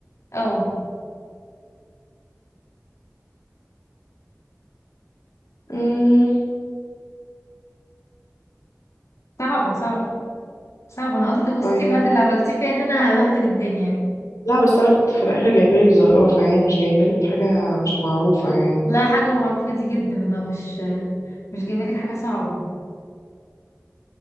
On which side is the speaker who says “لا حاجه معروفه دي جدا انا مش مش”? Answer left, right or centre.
Left